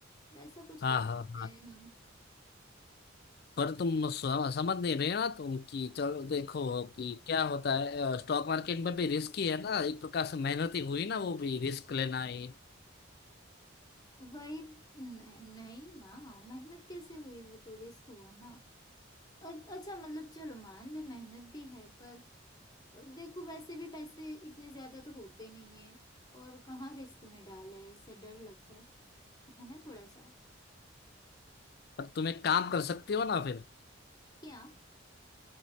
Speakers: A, on the left; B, on the left.
A: वैसा कुछ
B: हाँ
A: कर सकते
B: हाँ हाँ
A: हैं हम
B: पर तुम सम- समझ नहीं रहे ना तुम कि चलो देखो कि क्या होता है स्टॉक मार्केट में भी रिस्क ही है ना एक प्रकार से मेहनत ही हुई ना वो भी रिस्क लेना ही
A: वही नहीं, नहीं ना मेहनत कैसे हुई वो तो रिस्क हुआ ना अ- अच्छा मतलब चलो मान ले मेहनत भी है पर अ, देखो वैसे भी पैसे इतने ज्यादा तो होते नहीं है और कहाँ रिस्क में डाले इससे डर लगता है है ना थोड़ा सा
B: पर तुम एक काम कर सकती हो ना फिर
A: क्या